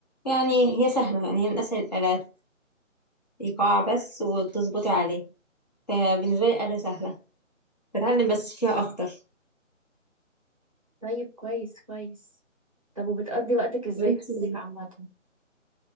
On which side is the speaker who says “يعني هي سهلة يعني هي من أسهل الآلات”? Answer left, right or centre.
Left